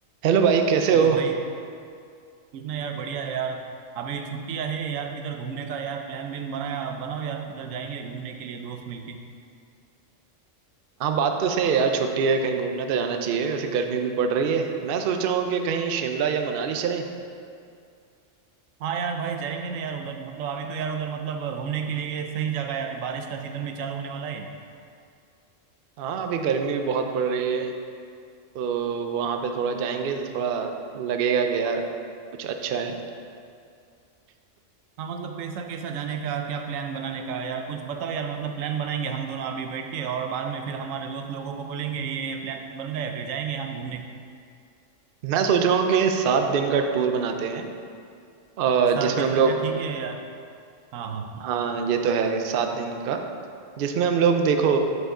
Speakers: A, on the right; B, on the right.
A: Hello भाई कैसे
B: Hello
A: हो
B: भाई कुछ ना यार बढ़िया है यार अभी छुट्टियां है यार किधर घूमने का यार प्लान बिन बनाया बनाओ यार किधर जाएंगे घूमने के लिए दोस्त मिलके
A: हाँ बात तो सही है यार छुट्टी है कहीं घूमने तो जाना चाहिए वैसे गर्मी भी पड़ रही है मैं सोच रहा हूँ कि कहीं शिमला या मनाली चलें
B: हाँ यार भाई जाएंगे ना यार उधर मतलब अभी तो यार उधर मतलब घूमने के लिए सही जगह है अभी बारिश का सीजन भी चालू होने वाला है
A: हाँ अभी गर्मी भी बहुत पड़ रही है तो वहाँ पे थोड़ा जाएंगे तो थोड़ा लगेगा कि यार कुछ अच्छा है
B: हाँ मतलब कैसा कैसा जाने का क्या प्लान बनाने का यार कुछ बताओ यार मतलब प्लान बनाएंगे हम दोनों अभी बैठ के और बाद में फिर हमारे दोस्त लोगों को बोलेंगे ये प्लान बन गया है, फिर जाएंगे हम घूमने
A: मैं सोच रहा हूँ कि सात दिन का टूर बनाते हैं अ,
B: सात
A: जिसमें
B: दिन
A: हम लोग
B: का क्या ठीक है यार हाँ हाँ
A: हाँ ये तो है सात दिन का जिसमें हम लोग देखो